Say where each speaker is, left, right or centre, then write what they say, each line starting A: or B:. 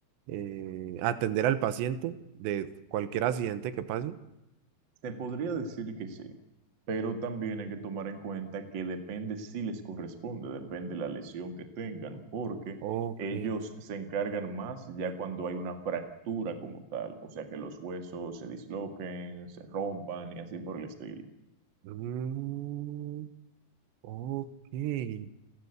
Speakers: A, on the right; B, on the right.
A: eh, atender al paciente de cualquier accidente que pase.
B: Te podría decir que sí, pero también hay que tomar en cuenta que depende si les corresponde, depende la lesión que tengan, porque
A: Ok.
B: ellos se encargan más ya cuando hay una fractura como tal, o sea que los huesos se disloquen, se rompan y así por el estilo.
A: Mm, Ok.